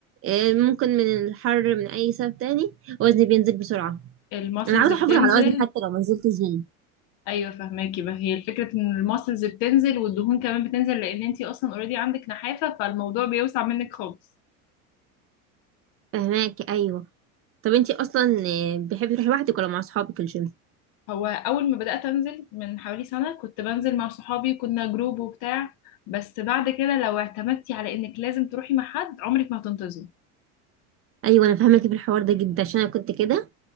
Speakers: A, on the right; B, on the left.
A: آه، ممكن من الحر من أي سبب تاني وزني بينزل بسرعة
B: الماسلز
A: أنا عاوزة
B: بتنزل
A: أحافظ على وزني حتى لو ما نزلت الجيم
B: ايوه فهماكي بقى هي الفكرة ان الماسلز بتنزل والدهون كمان بتنزل لان انتي اصلا اوريدي عندك نحافة فالموضوع بيوسع منك خالص
A: فهماكي أيوه طب انتي اصلا آه، بتحبي تروحي لوحدك ولا مع اصحابك الجيم
B: هو اول ما بدأت انزل من حوالي سنة كنت بنزل مع صحابي كنا جروب وبتاع بس بعد كده لو اعتمدتي على انك لازم تروحي مع حد عمرك ما هتنتظري
A: ايوه انا فاهمك في الحوار ده جدا عشان انا كنت كده